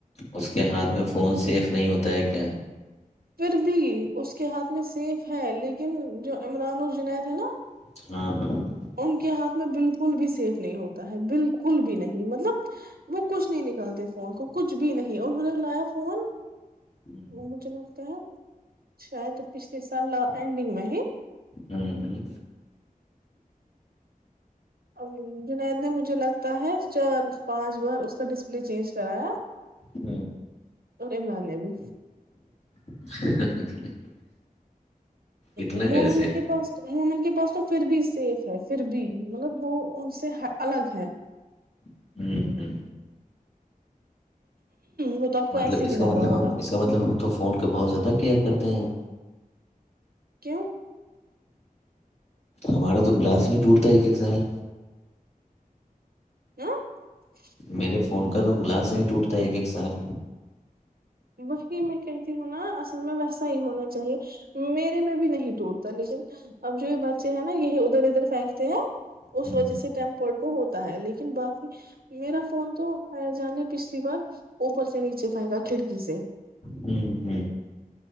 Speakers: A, on the left; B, on the right.
A: اس کے ہاتھ میں فون سیف نہیں ہوتا ہے کیا
B: پھر بھی اس کے ہاتھ میں سیف ہے لیکن جو عمران ال جنید ہے نا
A: <unintelligible>
B: ان کے ہاتھ میں بالکل بھی سیف نہیں ہوتا ہے بالکل بھی نہیں مطلب وہ کچھ نہیں نکلتے فون کو کچھ بھی نہیں اور نے بلایا فون
A: ہوں
B: مجھے لگتا ہے شاید پچھلے سال اینڈنگ میں ہی
A: ہاں ہوں
B: ا جنید نے مجھے لگتا ہے چار پانچ بار اس کا ڈسپلے چینج کرایا
A: ہوں
B: اور عمران ہے بھی
A: <unintelligible> اتنے
B: عمونا
A: کیسے
B: کے پاس وہومن کے پاس تو پھر بھی سیف ہے پھر بھی مطلب وہ ان سے الگ ہے
A: ہوں ہوں
B: وہ تو آپ کو
A: مطلب
B: ایسے
A: اس
B: بھی
A: کا
B: لگا
A: مطلب
B: ہوگا
A: ہم اس مطلب ہم تو فون پ بہت زیادہ کیئر کرتے ہیں
B: کیوں <inaudible>
A: ہمارا تو گلاس میں ٹوٹتا ہے ایک ایک سال
B: <inaudible>
A: میرے فون کا تو گلاس ہی ٹوٹتا ہے ایک ایک سال
B: وہی میں کہتی ہوں نا اصل میں ویسا ہی ہونا چاہیے میرے میں بھی نہیں ٹوٹتا لیکن اب جو یہ بچے ہیں نا یہی ادھر ادھر پھینکتے ہیں اس
A: ہوں
B: وجہ سے ٹیمپڈ کو ہوتا ہے لیکن باقی میرا فون تو آیا جانے پچھلی بار اوپر سے نیچے پنکا کھڑکی سے
A: جی جی